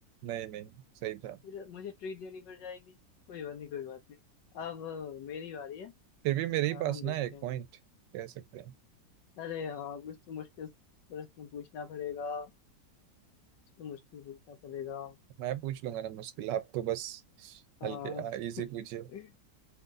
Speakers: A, on the right; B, on the left.
A: नहीं नहीं सही था
B: फिर मुझे ट्रीट देनी पड़ जाएगी कोई बात नहीं कोई बात नहीं अब अ, मेरी बारी है
A: फिर भी मेरे ही
B: अ,
A: पास
B: हम देखते
A: ना एक
B: हैं
A: पॉइंट कह सकते हैं
B: अरे हाँ कुछ तो मुश्किल प्रश्न पूछना पड़ेगा कुछ तो मुश्किल पूछना पड़ेगा
A: मैं पूछ लूंगा ना मुश्किल आप तो बस
B: हाँ
A: हल्के इजी
B: <laughs>
A: पूछिए